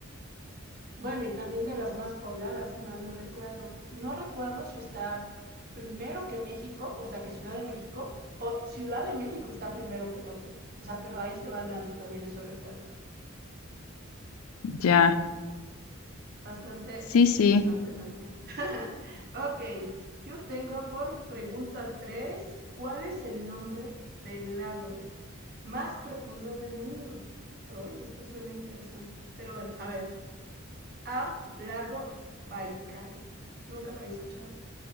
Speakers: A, on the right (about 45°); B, on the left (about 85°).
A: Bueno, y también de las más pobladas, si mal no recuerdo. No recuerdo si está primero que México, o sea, que Ciudad de México, o Ciudad de México está primero que Tokio. O sea, pero ahí se van dando también esos recuerdos.
B: Ya,
A: Bastante
B: sí,
A: interesante
B: sí,
A: también. <laughs> ok, yo tengo por pregunta tres ¿cuál es el nombre del lago más profundo del mundo? Uy, esto suena interesante. Pero bueno, a ver. A, lago Baikal. Nunca lo había escuchado.